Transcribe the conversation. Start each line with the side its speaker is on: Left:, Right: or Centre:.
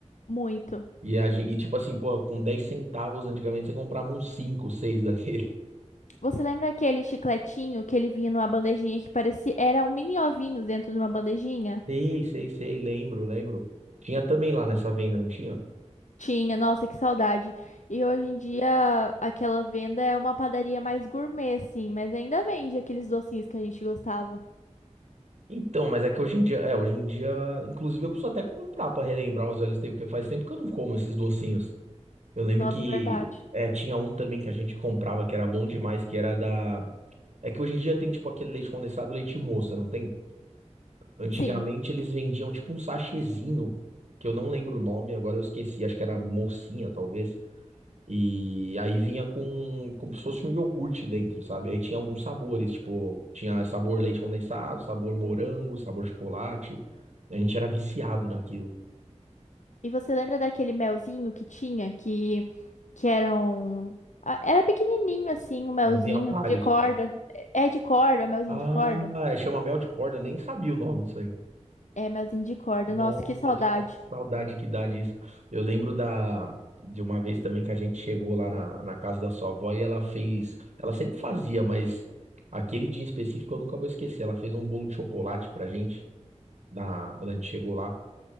Left: Muito.
Right: E, a gente, e tipo assim, pô, com 10 centavos antigamente você comprava uns 5, 6 daquele. <laughs>
Left: Você lembra aquele chicletinho que ele vinha numa bandejinha que parecia. Era um mini ovinho dentro de uma bandejinha?
Right: Sei, sei, sei, lembro, lembro. Tinha também lá nessa venda, não tinha?
Left: Tinha, nossa, que saudade. E hoje em dia aquela venda é uma padaria mais gourmet, assim, mas ainda vende aqueles docinhos que a gente gostava.
Right: Então, mas é que hoje em dia, é, hoje em dia, inclusive eu preciso até comprar pra relembrar os velhos tempos, porque faz tempo que eu não como esses docinhos. Eu lembro
Left: Nossa,
Right: que
Left: verdade.
Right: é, tinha um também que a gente comprava que era bom demais, que era da. É que hoje em dia tem tipo aquele leite condensado, leite moça, não tem? Antigamente
Left: Sim.
Right: eles vendiam tipo um sachêzinho, que eu não lembro o nome, agora eu esqueci, acho que era mocinha, talvez. E aí vinha com como se fosse um iogurte dentro, sabe? Aí tinha alguns sabores, tipo, tinha sabor leite condensado, sabor morango, sabor chocolate. A gente era viciado naquilo,
Left: E você lembra daquele melzinho que tinha, que, que era um... ah, Era pequenininho, assim, o melzinho
Right: mas vinha vários,
Left: de corda.
Right: tipo.
Left: É é de corda, o melzinho
Right: Ah,
Left: de corda?
Right: chama mel de corda, eu nem sabia o nome disso aí.
Left: É, melzinho de corda.
Right: Nossa,
Left: Nossa, que saudade.
Right: saudade que dá disso. Eu lembro da de uma vez também que a gente chegou lá na, na casa da sua avó e ela fez, ela sempre fazia, mas aquele dia em específico eu nunca vou esquecer. Ela fez um bolo de chocolate pra gente na quando a gente chegou lá